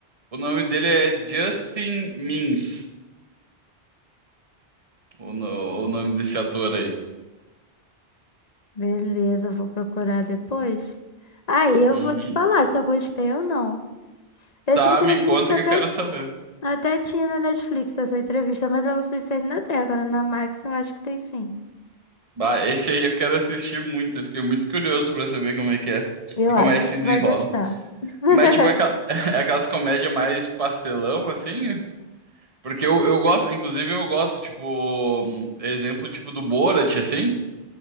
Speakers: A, on the right; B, on the left.
A: o nome dele é Justin Mins o, no- o nome desse ator aí.
B: Beleza, eu vou procurar depois. Aí eu
A: Uhum.
B: vou te falar se eu gostei ou não. Essa
A: Tá,
B: entrevista
A: me conta que
B: até
A: eu quero saber.
B: Até tinha na Netflix essa entrevista, mas eu não sei se ainda tem. Agora na Max eu acho que tem sim.
A: Bah, esse aí eu quero assistir muito, eu fiquei muito curioso pra saber como é que é
B: Eu
A: e
B: acho
A: como é
B: que
A: que se
B: você
A: desenrola.
B: vai gostar. <laughs>
A: Mas tipo, é aquela- <laughs> é aquelas comédias mais pastelão, assim, porque eu, eu gosto, inclusive eu gosto, tipo, hum, exemplo tipo do Borat, assim.